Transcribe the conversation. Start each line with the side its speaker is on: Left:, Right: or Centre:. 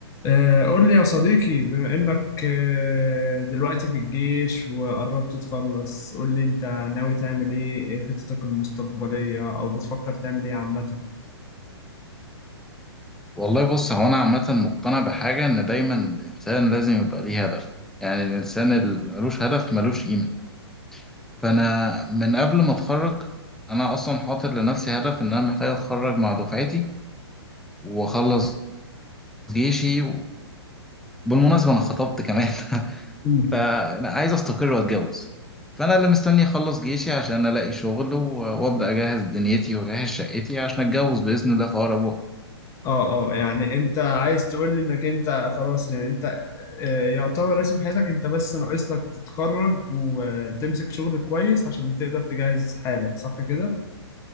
Left: آه، قول لي يا صديقي بما إنك آه، دلوقتي في الجيش وقربت تخلص قول لي أنت ناوي تعمل إيه إيه خططك المستقبلية أو بتفكر تعمل إيه عامة
Centre: والله بص هو أنا عامة مقتنع بحاجة إن دايما الإنسان لازم يبقى ليه هدف يعني الإنسان اللي ملوش هدف ملوش قيمة فأنا من قبل ما أتخرج أنا أصلا حاطط لنفسي هدف إن أنا محتاج أتخرج مع دفعتي وأخلص جيشي وبالمناسبة أنا خطبت كمان <laughs>
Left: مم.
Centre: فأنا عايز أستقر وأتجوز فأنا اللي مستني أخلص جيشي عشان ألاقي شغل و- وأبدأ أجهز دنيتي وأجهز شقتي عشان أتجوز بإذن الله في أقرب وقت
Left: آه آه يعني أنت عايز تقول لي إنك أنت خلاص يعني أنت آه، يعتبر رسم حياتك أنت بس ناقص لك تتخرج وتمسك شغل كويس عشان تقدر تجهز حالك صح كده؟